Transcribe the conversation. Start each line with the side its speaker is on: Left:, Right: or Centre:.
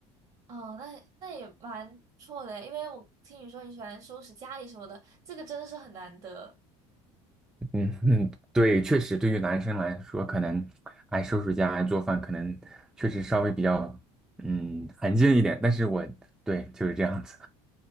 Right: 哦，那那也蛮不错的，因为我听你说你喜欢收拾家里什么的，这个真的是很难得。
Centre: <laughs> 嗯嗯，对，确实对于男生来说，可能爱收拾家、爱做饭，可能确实稍微比较嗯安静一点。但是我对就是这样子。